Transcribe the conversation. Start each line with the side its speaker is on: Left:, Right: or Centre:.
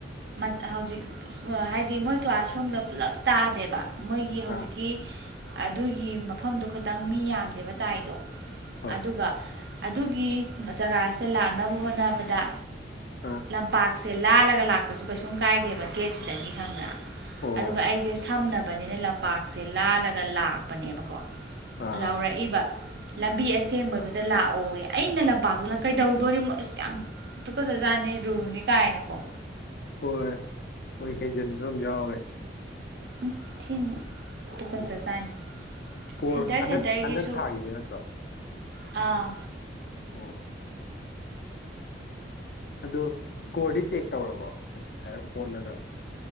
Right: ꯃꯠ ꯍꯧꯖꯤꯛ ꯑꯁ ꯋꯥ ꯍꯥꯏꯗꯤ ꯃꯣꯏ ꯀ꯭ꯂꯥꯁꯔꯨꯝꯗ ꯄꯨꯜꯂꯞ ꯇꯥꯗꯦꯕ ꯃꯣꯏꯒꯤ ꯍꯧꯖꯤꯛ
Left: ꯑꯥ
Right: ꯑꯗꯨꯒꯤ ꯃꯐꯝꯗꯨ ꯈꯇꯪ ꯃꯤ ꯌꯥꯝꯗꯦꯕ ꯇꯥꯏꯗꯣ
Left: ꯍꯣꯏ
Right: ꯑꯗꯨꯒ ꯑꯗꯨꯒꯤ ꯎꯝ ꯖꯒꯥꯁꯦ ꯂꯥꯛꯅꯕ ꯍꯣꯠꯅꯕꯗ
Left: ꯑꯥ
Right: ꯂꯝꯄꯥꯛꯁꯦ ꯂꯥꯜꯂꯒ ꯂꯥꯛꯄꯁꯨ ꯀꯩꯁꯨꯝ ꯀꯥꯏꯗꯦꯕ ꯒꯦꯠꯁꯤꯗꯒꯤ ꯈꯪꯕ꯭ꯔꯥ
Left: ꯑꯣ
Right: ꯑꯗꯨꯒ ꯑꯩꯁꯦ ꯁꯝꯅꯕꯅꯤꯅ ꯂꯝꯄꯥꯛꯁꯦ ꯂꯥꯜꯂꯒ ꯂꯥꯛꯄꯅꯦꯕꯀꯣ
Left: ꯑꯥ
Right: ꯂꯥꯎꯔꯛꯏꯕ ꯂꯝꯕꯤ ꯑꯁꯦꯡꯕꯗꯨꯗ ꯂꯥꯛꯑꯣꯌꯦ ꯑꯩꯅ ꯂꯝꯄꯥꯛꯇꯨꯗ ꯀꯩꯗꯧꯗꯣꯔꯤꯃꯣ__ ꯑꯁ ꯌꯥꯝ ꯇꯨꯀꯖꯥꯠꯅꯤ ꯔꯨꯜꯅꯤ ꯀꯥꯏꯅꯀꯣ
Left: ꯍꯣꯏ ꯃꯣꯏ ꯍꯦꯟꯖꯟꯕꯝ ꯌꯥꯎꯔꯦ
Right: ꯎꯝ ꯊꯤꯅ ꯇꯨꯀꯠꯖꯆꯥꯅꯤ
Left: ꯎꯝ ꯏꯁꯀꯣꯔ
Right: ꯁꯦꯟꯇꯔ
Left: ꯍꯟꯗꯛ
Right: ꯁꯦꯟꯇꯔꯒꯤꯁꯨ
Left: ꯍꯟꯗꯛ ꯊꯥꯈꯤꯕ ꯅꯠꯇ꯭ꯔꯣ
Right: ꯑꯥ
Left: ꯑꯣ ꯑꯗꯨ ꯁꯀꯣꯔꯗꯤ ꯆꯦꯛ ꯇꯧꯔꯕꯣ ꯍꯥꯏꯗꯤ ꯍꯥꯏꯔꯞ ꯍꯣꯠꯂꯒ